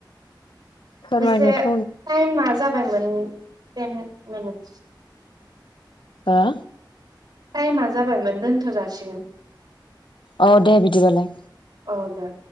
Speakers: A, on the left (about 80°); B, on the right (about 60°).
A: फोरमायनोथ'
B: अबैसे टाइमा जा जाबायमोन टेन मिनिटस।
A: हो?
B: टाइमा जाबायमोन दोनथ' जाासिगोन।
A: अ दे बिदिबालाय।
B: औ दे